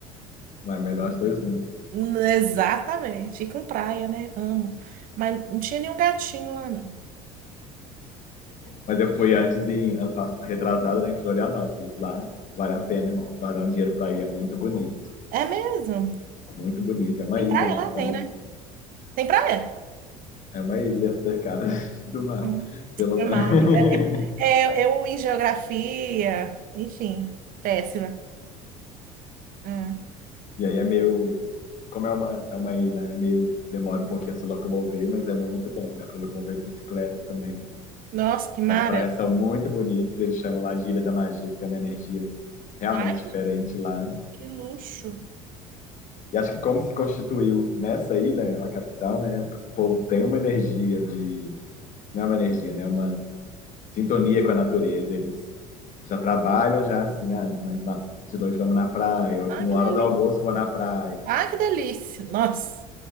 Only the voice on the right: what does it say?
Hum, Exatamente. E com praia, né? Amo. Mas não tinha nenhum gatinho lá, não.
É mesmo?
Tem
praia
lá?
Tem, né? Tem praia?
Hum,
foi
mal,
amiga. É, é, eu em geografia, enfim, péssima. Hum.
Nossa, que mara.
Ai,
que,
que luxo.
Ai,
que
delícia.
Ai, que delícia. Nossa.